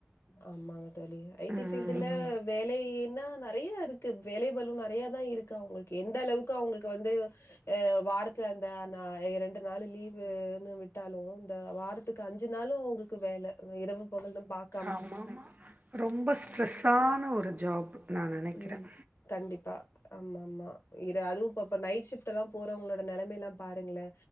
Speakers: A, on the left; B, on the right.
A: ஆமாங்க தோழி ஐ டி
B: ம்.
A: ஃபீல்டுல வேலைன்னா நறைய இருக்கு வேலை பலு நறைய தா இருக்கு அவுங்களுக்கு எந்த அளவுக்கு அவுங்களுக்கு வந்து அ வாரத் துல அந்த ரெண்டு நாள் லீவுன்னு விட்டாலு அந்த வாரத்துக்கு அஞ்சு நாளு அவுங்களுக்கு வேல இரவு பகல்னு பாக்
B: ஆமாமா ரொம்ப ஸ்ட்ரெஸ்ஸான ஒரு ஜாப் நான் நினைக்கிறேன்
A: ம் கண்டிப்பா ஆமா ஆமா இது அதுவு இப்ப நைட் ஸிப்ட் இப்பலா போறவுங்களோட நெலமை எல்லா பாருங்களே